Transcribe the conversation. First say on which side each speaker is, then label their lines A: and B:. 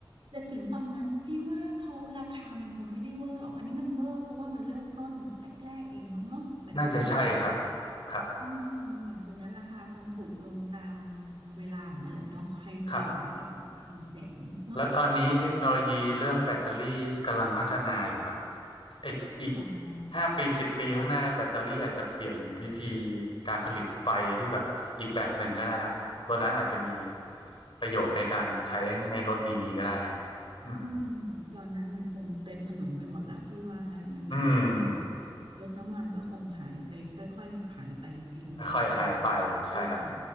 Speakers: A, on the right (about 75°); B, on the left (about 70°).
A: แต่ถึงตอนนั้นพี่ว่าเขาราคามันคงไม่ได้เวอร์หรอกอันนี้มันเวอร์เพราะว่ามันเริ่มต้นแรกๆเองมั้งเนาะแบตเตอรี่อ่ะ
B: น่าจะใช่ครับครับ
A: อืมหลังจากนั้นราคาคงถูกลงตามเวลาของมันแหละเนาะใครจะไปไหวกับราคาเป็นแสนเนาะเออ
B: ครับแล้วตอนนี้เทคโนโลยีเรื่องแบตเตอรี่กำลังพัฒนาอยู่ครับ อีกอีก
A: อ๋อ
B: ห้าปีสิบปีข้างหน้าแบตเตอรี่อาจจะเปลี่ยนวิธีการผลิตไฟที่แบบอีกแบบหนึ่งก็ได้ครับตัวนั้นอาจจะมีประโยชน์ในการใช้ในรถอีวีก็ได้ฮะอืม
A: อืมตอนนั้นมันคงเต็มถนนไปหมดแล้วพี่ว่านะอีวีอ่ะแล้ว
B: อืม
A: รถน้ำมันก็คงหายไปค่อยๆหายไปทีละนิดทีละนิดไม่เหลย
B: ค่อยๆหายไปใช่ครับ